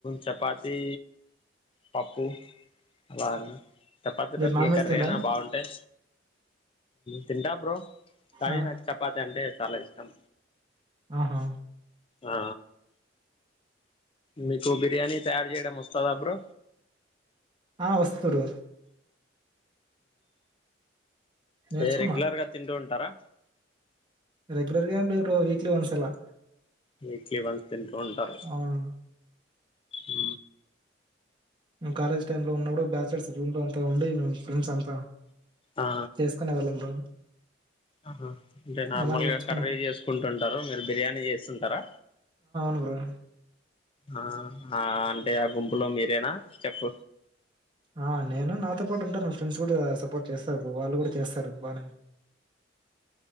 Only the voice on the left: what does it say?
చపాతి పప్పు అర్ చపాతిలోకి
ఏ
కర్ర
అయినా బాగుంటాయి తింటా బ్రో కానీ
నాకు చపాతి అంటే చాలా ఇష్టం
ఆ మీకు బిర్యానీ తయారు చేయడం వస్తదా బ్రో
ఏ రెగ్యులర్గా తింటూ ఉంటారా
వీక్లీ వన్స్ తింటూ ఉంటారు
ఊ
ఆ
ఆహా అంటే నార్మల్గా
కర్రీ చేసుకుంటుంటారు మీరు బిర్యానీ చేస్తుంటారా.
ఆ హ అంటే ఆ గుంపులో మీరేనా చెఫ్